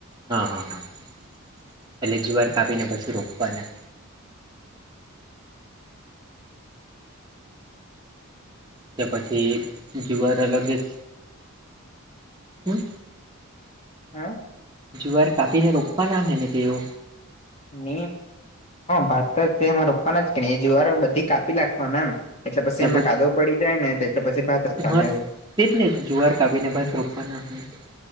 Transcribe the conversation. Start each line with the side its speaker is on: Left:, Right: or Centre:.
Right: હા હા હા એટલે જીવાર કાપીને પછી રોપવાના કે પછી જુવાર અલગે જ હમ.
Left: હા.
Right: જુવાર કાપીને રોપવાના છે ને તેઓ.
Left: ન ભાત તો તેમાં રોપવાના જ કે ને એ જુવારો બધી કાપી લખવાના એમ એટલે પછી
Right: ને
Left: એમાં
Right: પછ
Left: કાદવ પડી જાય ને તો એટલે પછી ભાતરતા
Right: હા
Left: ન હોય.
Right: તે જ ને જુવાર કાપીને બસ રોપવાના હોય